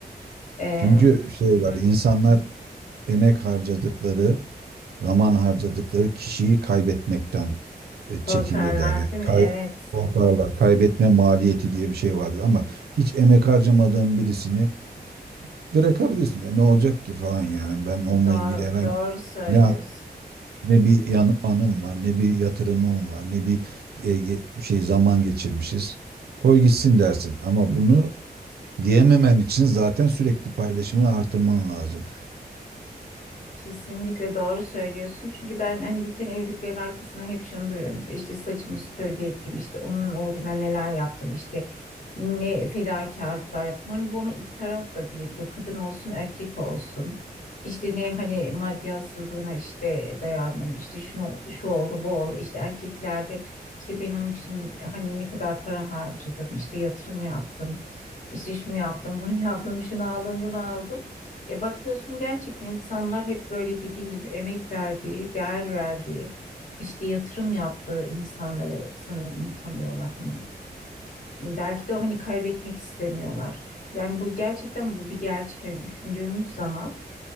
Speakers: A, on the left; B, on the right.
A: Ee,
B: Çünkü şey
A: Hı
B: var
A: hı.
B: insanlar emek harcadıkları, zaman harcadıkları kişiyi kaybetmekten e,
A: Korkarlar
B: çekinirler. Yani
A: değil mi?
B: kay
A: Evet.
B: korkarlar. Kaybetme maliyeti diye bir şey vardır ama hiç emek harcamadığın birisini bırakabilirsin ya ne olacak ki falan yani ben onunla
A: Doğru,
B: ilgili herhangi
A: doğru söylüyorsun.
B: ne ne bir yan, anım var ne bir yatırımım var ne bir e, e, şey zaman geçirmişiz koy gitsin dersin ama bunu diyememen için zaten sürekli paylaşımını artırman lazım.
A: Kesinlikle doğru söylüyorsun. Çünkü ben hani biten evliliklerin arkasında hep şunu duyuyorum. İşte işte, saçımı süpürge ettim, işte onun uğruna neler yaptım, işte ne fedakarlıklar yaptım. Hani bunu iki taraf da diyebiliyor. Kadın olsun, erkek olsun. İşte ne hani maddiyatsızlığına işte dayandım, işte şunu şu oldu, bu oldu. İşte erkeklerde işte benim için hani ne kadar para harcadım, işte yatırım yaptım. İşte şunu yaptım, bunu <laughs> yaptım, şunu aldım, bunu aldım. E bakıyorsun gerçekten insanlar hep böyle dediğin gibi emek verdiği, değer verdiği, işte yatırım yaptığı insanları sanırım tanıyorlar. Hani belki de o hani kaybetmek istemiyorlar. Yani bu gerçekten bu bir gerçek. Yani düşündüğümüz zaman